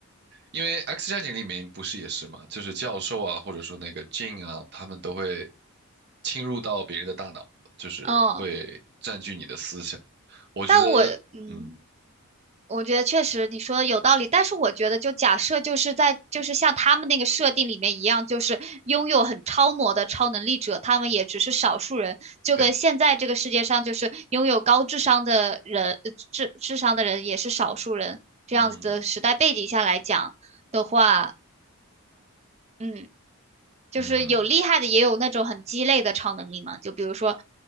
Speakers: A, on the right (about 50°); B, on the right (about 30°).
A: 因为《X 战警》里面不是也是嘛，就是教授啊，或者说那个 Jean 啊，他们都会侵入到别人的大脑，就是会占据你的思想。
B: 嗯。
A: 我觉得，
B: 但我嗯，
A: 嗯，
B: 我觉得确实你说的有道理，但是我觉得就假设就是在就是像他们那个设定里面一样，就是拥有很超模的超能力者，他们也只是少数人，就跟现在这个世界上就是拥有高智商的人，
A: 对，
B: 呃智智商的人也是少数人，这样子的时代背景下来讲的话，
A: 嗯
B: 嗯。就是有厉害的，
A: 嗯，
B: 也有那种很鸡肋的超能力嘛。就比如说，